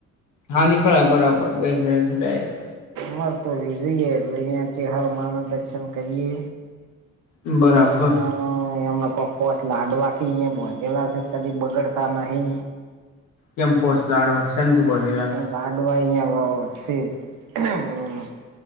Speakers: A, on the left; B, on the right.
A: હા નીકળાય બરાબર બેસ ર છેટ
B: હર તો લી જઈએ એટલે અહં ચ હર ના દર્શન કરીએ.
A: બરાબર
B: એ. અ એમના કોઈક કોચ લાડવા ક અહી ભોચેલા છે કદી બગડતા નહિ.
A: કેમ પોસ્ટ લાડવો સેનથી બને લા
B: લાડ ભાઈ અયા શ. <unintelligible>